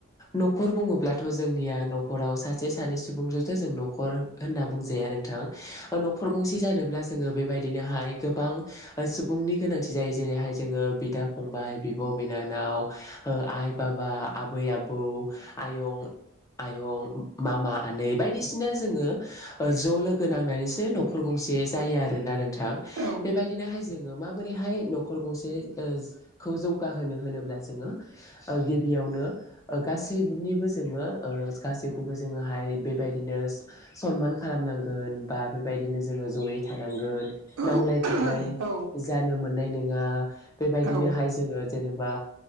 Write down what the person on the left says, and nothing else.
न'खर बुङोब्ला थ' जोंनिया न'खराव सासे सानै सुबुंजोंथ' जों न'खर होनना बुंजाया नोंथां न'खर गंसे जानोब ब्ला जोङो बेबायदिनोहाय गोबां सुबुंनि गोनांथि जायो जेरैहाय जोङो बिदा फंबाय बि -ब' बिनानाव आइ बाबा आबै आबौ आयं आयं मामा आनै बायदिसिना जोङो ज' लोगो नांनानैसो न'खर गंसे। से जायोआरोना नोंथां
बेबायदिनोहाय जोङो। माबोरैहाय न'खर गंसेखौ जौगाहोनो होनोब्ला जोङो गिबियावनो। गासैनिबो जोङो गासैखौबो जोङोहाय बेबायदिनो सनमान। खालामनांगोन बा बेबायदिनो। जोङो ज'यै थानांगोन
नांलाय खमलाय
जानो मोननाय नङा बेबायदिनो।
बेहाय जोङो जेनेबा